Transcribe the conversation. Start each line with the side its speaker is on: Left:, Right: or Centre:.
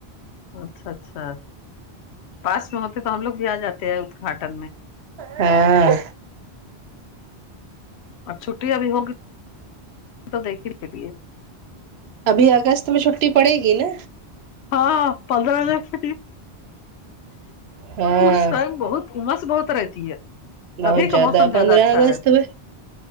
Left: اچھا اچھا پاس میں ہوتے تو ہم لوگ بھی آ جاتے تھے آودگھاٹن میں
Right: ہاں
Left: اب چھٹی ا بھی ہوگی تو دیکھیں گے بھی یہ
Right: ابھی اگست میں چھٹی پڑے گی نا
Left: ہاں پندرہ اگست
Right: ہاں
Left: <unintelligible> اس ٹائم بہت امس بہت رہتی ہے
Right: بہت
Left: ابھی کا موسم
Right: پندرہ
Left: زیادہ اچھا
Right: اگست
Left: ہے
Right: میں